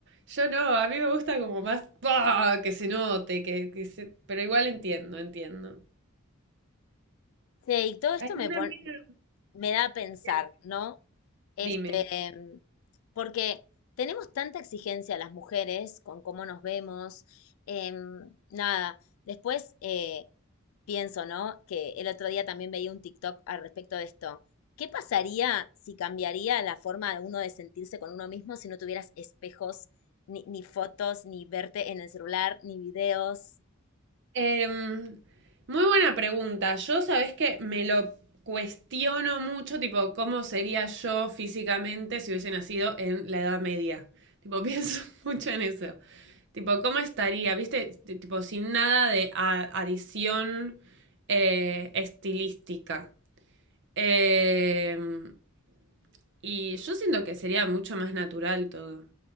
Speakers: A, on the right (about 60°); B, on the left (about 70°).
A: yo no, a mí me gusta como más, ¡pah! que se note, que, que se- pero igual entiendo, entiendo.
B: Sí, y todo esto
A: Hay una
B: me pon-
A: amiga
B: me da a pensar,
A: que-
B: ¿no? Este,
A: Dime.
B: mm, Porque tenemos tanta exigencia las mujeres con cómo nos vemos. em, nada, después eh, pienso, ¿no? Que el otro día también veía un TikTok al respecto de esto. ¿Qué pasaría si cambiaría la forma de uno de sentirse con uno mismo si no tuvieras espejos, ni, ni fotos, ni verte en el celular, ni videos?
A: Em, muy buena pregunta. Yo, sabes que me lo cuestiono mucho, tipo, cómo sería yo físicamente si hubiese nacido en la Edad Media. Tipo, <laughs> pienso mucho en eso. Tipo, ¿cómo estaría? ¿Viste? T- Tipo, sin nada de a- adición eh, estilística. Em, y yo siento que sería mucho más natural todo.